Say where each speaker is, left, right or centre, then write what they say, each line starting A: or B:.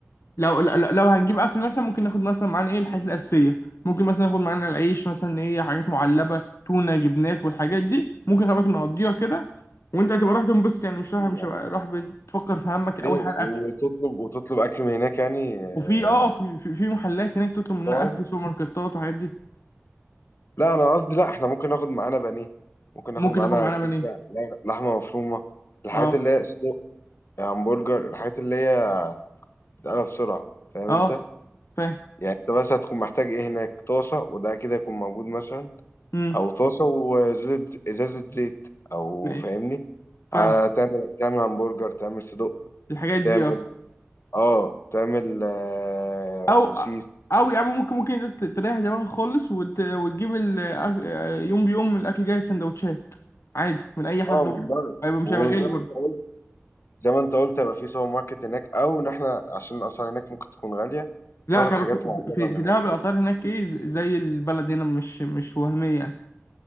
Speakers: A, on the left; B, on the left.
A: لو لو لو هنجيب أكل مثلا ممكن ناخد مثلا معانا ايه الحاجات الأساسية ممكن مثلا ناخد معانا العيش مثلا ايه حاجات معلبة تونة جبنات والحاجات دي ممكن خلي بالك نقضيها كده وانت هتبقى رايح تنبسط يعني مش رايح
B: ايه
A: مش
B: يعني
A: هبقى رايح بتفكر في همك أول
B: ليه
A: حاجة الأكل
B: وتطلب وتطلب اكل من هناك يعني آه،
A: وفي اه آه، في في في محلات هناك تطلب منها
B: طاعم
A: أكل سوبر ماركتات وحاجات دي
B: لا انا قصدي لا احنا ممكن ناخد معانا بانيه ممكن ناخد
A: ممكن
B: معانا
A: ناخد معانا
B: كبده
A: بانيه
B: لغ- لحمه مفرومه الحاجات
A: اه
B: اللي هي صدق همبرجر الحاجات اللي هي بتتقلب بسرعه فاهم
A: اه
B: انت
A: فاهم
B: يعني انت بس هتكون محتاج ايه هناك طاسه وده كده يكون موجود مثلا
A: امم
B: او طاسه وازازه ازازه زيت او
A: ماشي
B: فاهمني
A: فاهم
B: هتعمل تعمل همبرجر تعمل صدق
A: الحاجات
B: تعمل
A: دي اه
B: اه تعمل آه
A: او
B: سوسيس
A: او يا عم ممكن ممكن انت ت- تريح دماغك خالص وت... وتجيب ال... أك- يوم بيوم الاكل جاي سندوتشات عادي من اي حد
B: اه
A: بره
B: من بره
A: هيبقى مش
B: وزي
A: هيبقى غالي
B: ما
A: برضه
B: انت قلت زي ما انت قلت يبقى في سوبر ماركت هناك او ان احنا عشان اصلا هناك ممكن تكون غاليه
A: لا
B: ناخد
A: خلي
B: حاجات
A: بالك
B: معلبه
A: في
B: من
A: في دهب
B: هنا
A: الاسعار هناك ايه ز- زي البلد هنا مش مش وهميه يعني